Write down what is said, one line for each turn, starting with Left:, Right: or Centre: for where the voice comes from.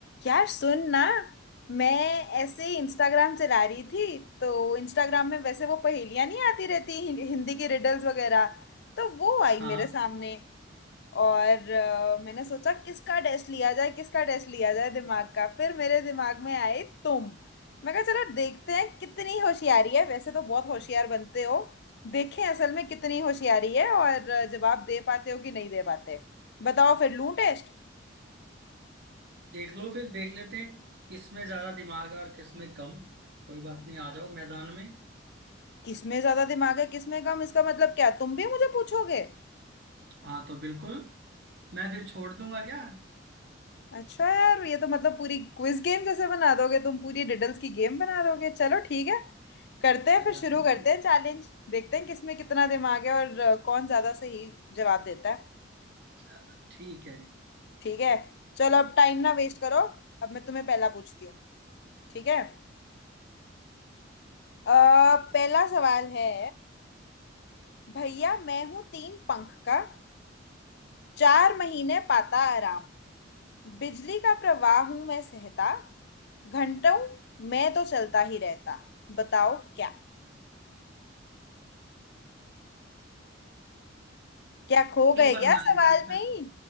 Left: यार सुन ना मैं ऐसे ही इंस्टाग्राम चला रही थी तो इंस्टाग्राम में वैसे वो पहेलियां नहीं आती रहती हिं- हिंदी की रिडल्स वगैरह तो वो आई
Right: हाँ
Left: मेरे सामने और अ, मैंने सोचा किसका टेस्ट लिया जाए किसका टेस्ट लिया जाए दिमाग का फिर मेरे दिमाग में आए तुम मैं कहा चलो देखते हैं कितनी होशियारी है वैसे तो बहुत होशियार बनते हो देखें असल में कितनी होशियारी है और अ, जवाब दे पाते हो कि नहीं दे पाते बताओ फिर लूं टेस्ट
Right: देख लो फिर देख लेते हैं किस में ज्यादा दिमाग है और किस में कम कोई बात नहीं आ जाओ मैदान में
Left: किसमें ज्यादा दिमाग है किसमें कम इसका मतलब क्या तुम भी मुझे पूछोगे
Right: हाँ तो बिल्कुल मैं फिर छोड़ दूंगा क्या
Left: अच्छा यार ये तो मतलब पूरी क्विज गेम जैसे बना दोगे तुम पूरी डिडल्स की गेम बना दोगे चलो ठीक है करते हैं
Right: कोई
Left: फिर
Right: बात
Left: शुरू
Right: नहीं
Left: करते हैं चैलेंज देखते हैं किसमें कितना दिमाग है और अ, कौन ज्यादा सही जवाब देता है
Right: चलो ठीक है जी
Left: ठीक है चलो अब टाइम ना वेस्ट करो अब मैं तुम्हें पहला पूछती हूँ ठीक है अ, पहला सवाल है भैया मैं हूँ तीन पंख का चार महीने पाता आराम बिजली का प्रवाह हूं मैं सहता घंटों मैं तो चलता ही रहता बताओ क्या क्या खो गए
Right: एक बार
Left: क्या
Right: दोबारा
Left: सवाल
Right: रिपीट
Left: में
Right: कर
Left: ही